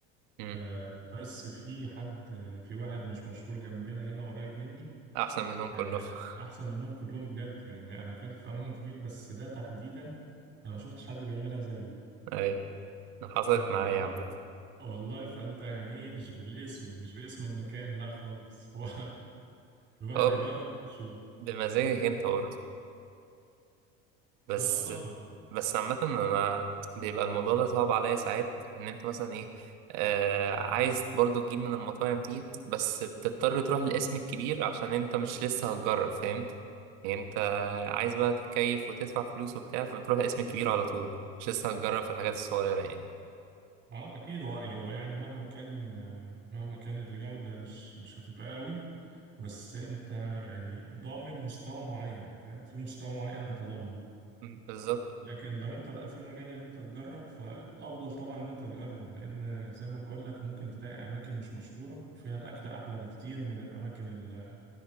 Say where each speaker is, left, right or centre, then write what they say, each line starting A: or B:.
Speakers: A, on the right; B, on the right.
A: مم.
B: آه، بس في حد في واحد مش مشهور جنبنا هنا قريب مني
A: احسن منهم كلهم
B: آه،
A: <laughs>
B: احسن منهم كلهم بجد يعني انا اكلت في اماكن كتير بس ده تحديدا انا ما شفتش حد بيعملها زيه
A: اي حصلت
B: ف آه،
A: معايا يا عم
B: والله فانت يعني ايه مش بالاسم مش باسم المكان لا خالص <laughs> هو الواحد
A: هو
B: يجرب ويشوف
A: بمزاجك انت برضه بس
B: اه طبعا
A: بس عامة أنا بيبقى الموضوع ده صعب عليا ساعات إن أنت مثلا إيه آه عايز برضو تجيب من المطاعم دي بس بتضطر تروح للاسم الكبير عشان أنت مش لسه هتجرب فاهم يعني أنت عايز بقى تتكيف وتدفع فلوس وبتاع فبتروح للاسم الكبير على طول مش لسه هتجرب في الحاجات الصغيرة يعني
B: اه اكيد هو يعني، هو يعني مهما كان آه، مهما كانت الجودة مش مش هتبقى قوي بس انت يعني ضامن مستوى معين فاهم في مستوى معين انت ضامنه
A: م، بالظبط
B: لكن لو انت بقى في مجال ان انت تجرب فالافضل طبعا ان انت تجرب لان زي ما بقول لك ممكن تلاقي اماكن مش مشهورة وفيها الاكل احلى بكتير من الاماكن ال-